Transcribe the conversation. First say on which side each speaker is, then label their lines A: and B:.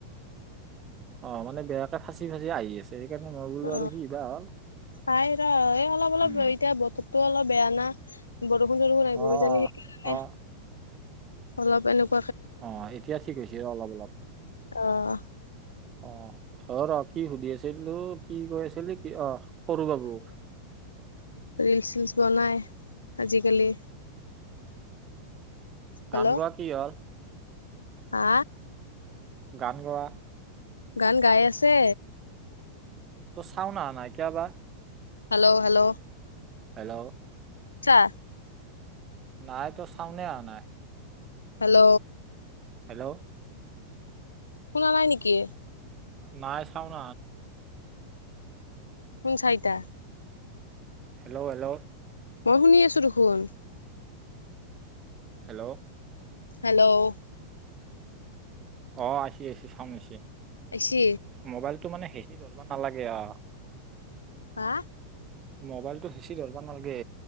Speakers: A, on the right; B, on the left.
A: অ মানে বেয়াকে ফাঁচি-ফাঁচি আহি আছে। <inaudible>
B: অ
A: বা হ'ল
B: তাই ৰ এই অলপ অলপ
A: উম
B: এতিয়া বত টো অলপ বেয়া না। বৰষুণ-চৰষুণ আহিব
A: অ
B: কিজানি
A: অ
B: সেইকাৰণে
A: অ
B: অলপ এনেক
A: অ এতিয়া ঠিক হৈছে অলপ অলপ।
B: আৰু অ
A: অ অ ৰ কি সুধি আছিলো? কি কৈ আছিলি? কি অ সৰু বাবু।
B: ৰিলচ-চিলচ বনাই আজিকালি। হেল্ল'
A: গান গোৱা কি হ'ল?
B: হা?
A: গান গোৱা?
B: গান গাই আছে।
A: চাউন নাই কিয়বা।
B: Hello hello.
A: হেল্ল।
B: <inaudible>
A: নাই তোৰ চাউনে আহা নাই।
B: হেল্ল।
A: হেল্ল।
B: শুনা নাই নেকি?
A: নাই চাউনা আহা
B: <unintelligible>
A: হেল্ল হেল্ল।
B: মই শুনি আছো দেখোন।
A: হেল্ল।
B: হেল্ল'
A: অ আহিছে আহছে চাওছে
B: আছে
A: মোবাইলটো মে হেঁচি ধলব নালাগে অ
B: হা
A: মোবাইলটো সেঁচি ধৰিব নালাগে